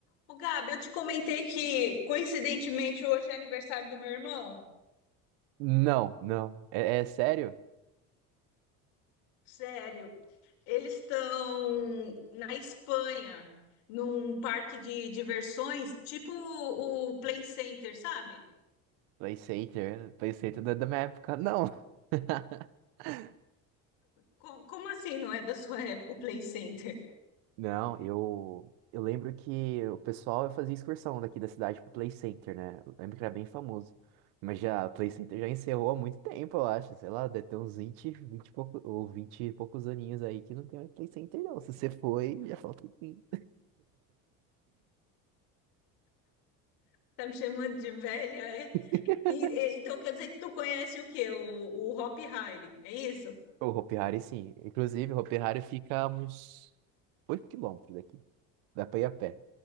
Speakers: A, on the left; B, on the right.
A: Ô, Gabi, eu te comentei que, coincidentemente, hoje é aniversário do meu irmão.
B: Não, não. É, é sério?
A: Sério. Eles estão na Espanha, num parque de diversões, tipo o o Play Center, sabe?
B: PlayStation, PlayStation da da minha época, não. <laughs>
A: Co- Como assim não é da sua época o Play Center?
B: Não, eu, eu lembro que o pessoal fazia excursão daqui da cidade pro Play Center, né? Eu lembro que era bem famoso. Mas já, o Play Center já encerrou há muito tempo, eu acho. Sei lá, deve ter uns 20, 20 e pouco, ou 20 e poucos aninhos aí que não tem mais Play Center, não. Se você foi, já falta um pouquinho.
A: Tá me chamando de velha, é?
B: <laughs>
A: E- e- então quer dizer que tu conhece o quê? O, o Hop Harry, é isso?
B: O Hopi Hari, sim. Inclusive, o Hopi Hari fica a uns 8 quilômetros daqui. Dá pra ir a pé.